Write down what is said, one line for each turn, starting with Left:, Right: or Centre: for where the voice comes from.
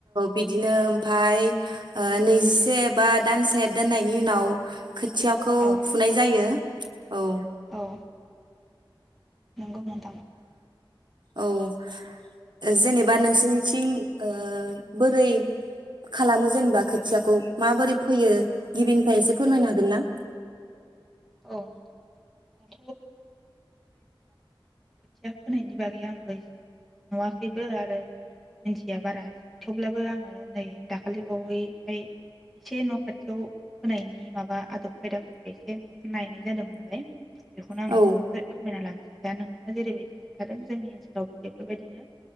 Right: बिदिनो ओमफाय ओ नैजिसे बाद दानसे दोननायनि उनाव खोथियाखौ
Centre: औ
Right: फुनाय जायो औ
Centre: औ नोंगौ नामा
Right: ओ औ जेनेबा नोंसिनिथिं ओ बोरै खालामो जेनबा खोथियाखौ माबोरै फैयो गिबिनिफ्राय एसे फोरमायनो हागोन ना
Centre: ओ <unintelligible> खोथिया फोनाय बागै आंबो नुवाखैबो आरो मिथिया बारा थेवब्लाबो आङो नै दाखालिबावैहाय एसे न खाथियाव फोनायनि माबा आदब खायदाखौ एसे नायनाय जादोंमोन नालाय बेखौनो आं
Right: औ
Centre: एसे फोरमायना लानो दा नोंथाङा जेरैबायदि खिन्थादों जोंनि ओनसोलावबो बेफोरबायदिनो